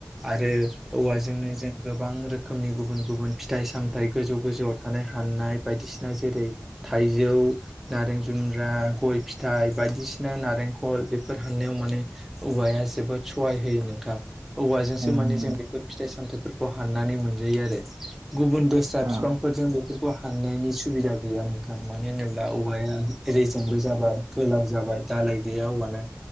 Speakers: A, in the centre; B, on the right.
A: आरो औवाजोंनो जों गोबां रोखोमनि गुबुन गुबुन फिथाइ सामथाइ गोजौ गोजौआव थानाय हाननाय बायदिसिना जेरै थाइजौ नारें जुमब्रा गय फिथाइ बायदिसिना नारेंखल बेफोर हाननायाव माने औवाया जोबोद सहाय होयो नोंथां औवाजोंसो
B: ओं
A: माने जों
B: ओं
A: बेफोर फिथाइ सामथाइफोरखौ हाननानै मोनजायो आरो गुबुन द ओ बिफांफोरजों
B: ओं
A: बेफोर औ हाननायनि सुबिदा गैया नोंथां मानो होनोब्ला औवाया एरैजोंबो जाबाय गोलाव जाबाय दालाय गैया हौवाना